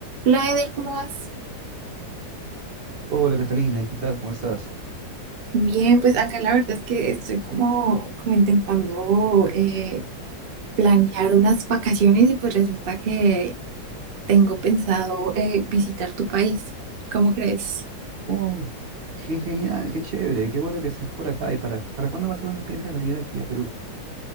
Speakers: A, on the right; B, on the right.
A: Hola Eder, ¿cómo vas?
B: Hola Catalina, ¿qué tal? ¿Cómo estás?
A: Bien, pues acá la verdad es que estoy como, como intentando eh, planear unas vacaciones y pues resulta que tengo pensado eh, visitar tu país. ¿Cómo crees?
B: Oh, qué genial, qué chévere, qué bueno que estés por acá. ¿Y para, para cuándo más o menos piensas venir aquí a Perú?